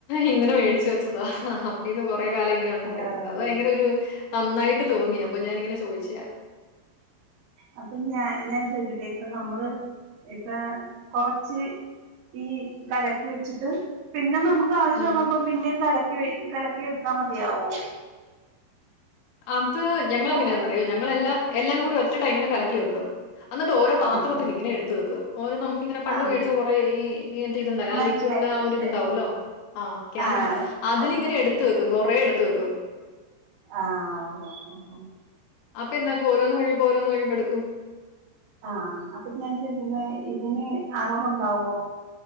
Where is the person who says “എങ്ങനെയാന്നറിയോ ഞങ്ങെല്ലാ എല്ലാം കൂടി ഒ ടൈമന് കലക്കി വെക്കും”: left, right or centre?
Left